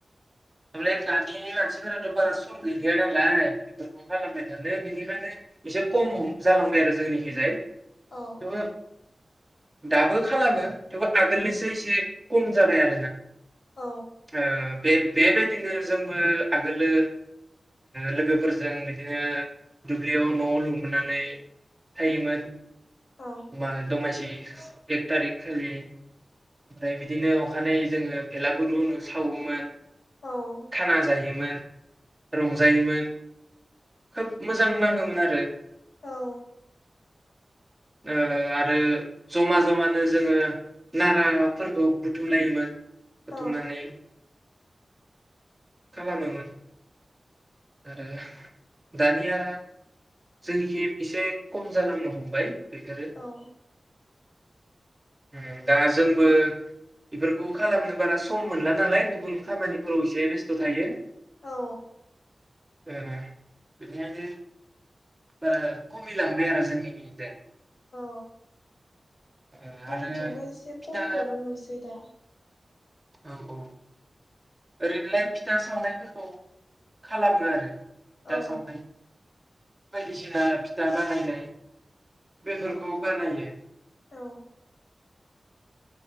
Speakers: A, on the right; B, on the left.
A: ओमफ्राय दानि मानसिफोरा थ बारा सम गैलिया नालाय बेफोरखौ खालामबाय थानो बेनिखायनो एसे खम जालांबाय आरो जोंनिखिजाय
B: औ
A: थेवबो दाबो खालामो थेवबो आगोलनिसो एसे खम जाबाय आ
B: औ
A: <unintelligible> ओ बे बेबायदिनो जोंबो आगोलो लोगोफोरजों बिदिनो दुब्लियाव नआव लुनबोनानै थायोमोन
B: औ
A: मा दमायसि एक तारिख खालि ओमफ्राय बिदिनो अखानायै जोङो बेलागुरु लुनु सावोमोन
B: औ
A: खाना जायोमोन रंजायोमोन खोब मोजां नाङोमोन आरो
B: औ
A: ओ आरो जमा जमानो जोङो नाराफोरखौ बुथुमलायोमोन बुथुमनानै
B: औ
A: खालामोमोन आरो दानिया जोंनिखि एसे खम जालांनो हमबाय बेफोरो
B: औ
A: उम दा जोंबो इफोरखौ खालामनो बारा सम मोनला नालाय गुबुन खामानिफोराव एसे बेस्थ' थायो
B: औ
A: ओ बिनिखायनो बारा खमिलांबाय आरो जोंनि गिजाय
B: औ
A: ओ
B: जोंनिथिंबो
A: आरो
B: एसे
A: फिथा
B: खमखौनो नुसै दा
A: औ औ ओरैनोलाय फिथा सावनायफोरखौ खालामो आरो फिथा
B: औ
A: सावनाय <inaudible> दिसिना फिथा बानायनाय बेफोरखौ बानायो
B: औ